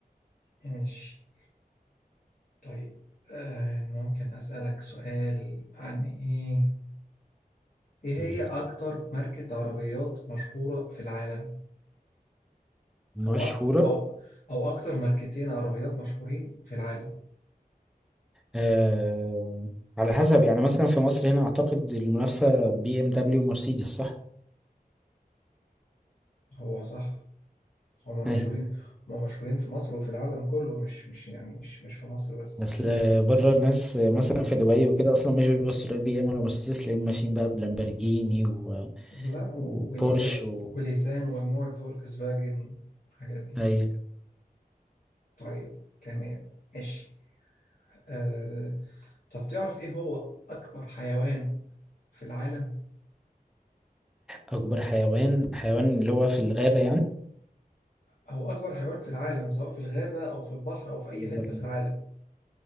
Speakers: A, on the left; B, in the centre.
A: ماشي طيب آه ممكن أسألك سؤال عن إيه إيه
B: قول.
A: هي أكتر ماركة عربيات مشهورة في العالم
B: مشهورة
A: أو أك... أو أو أكتر ماركتين عربيات مشهورين في العالم
B: آه... على حسب يعني مثلا في مصر هنا أعتقد المنافسة بي ام دبليو ومرسيدس صح؟
A: هو صح هما مشهورين
B: <laughs> أي.
A: هما مشهورين في مصر وفي العالم كله مش مش يعني مش مش في مصر بس
B: أصل بره الناس مثلا في دبي وكده أصلا مش بيبصوا للبي ام ولا مرسيدس تلاقيهم ماشيين بقى بلامبرجيني و...
A: لا و...
B: وبورش
A: ونساء
B: و...
A: وليسان ومجموعة فولكس فاجن الحاجات دي
B: أي
A: طيب تمام ماشي آه... طب تعرف إيه هو أكبر حيوان في العالم
B: أكبر حيوان حيوان اللي هو في الغابة
A: هو أكبر حيوان في العالم سواء في الغابة أو في البحر أو في أي
B: يعني
A: حتة في العالم